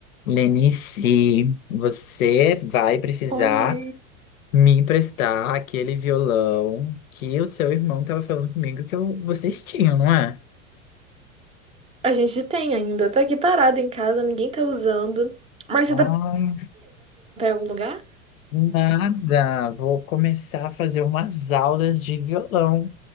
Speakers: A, on the left; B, on the right.
A: Lenice, você vai precisar
B: Oiê.
A: me emprestar aquele violão que o seu irmão estava falando comigo que eu- vocês tinham, não é?
B: A gente tem ainda. Tá aqui parado em casa, ninguém tá usando. Mas
A: Ai,
B: será?
A: nada. Vou começar a fazer umas aulas de violão.